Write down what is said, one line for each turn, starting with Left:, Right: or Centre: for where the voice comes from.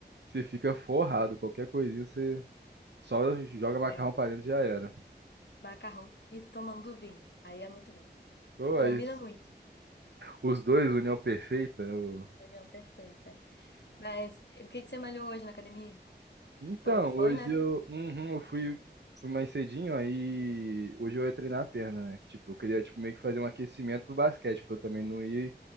Right: você fica forrado. Qualquer coisinha você só joga macarrão
Left: é.
Right: pra dentro e já era.
Left: Macarrão e tomando vinho. Aí é muito bom.
Right: Pô,
Left: Combina
Right: aí,
Left: muito.
Right: os dois, união perfeita, o-
Left: União perfeita. Mas o que que você malhou hoje na academia?
Right: Então,
Left: Você falou que foi,
Right: hoje
Left: né?
Right: eu, uhum, eu fui, fui mais cedinho, aí hoje eu ia treinar a perna, né? Tipo, eu queria tipo, meio que fazer um aquecimento pro basquete, pra eu também não ir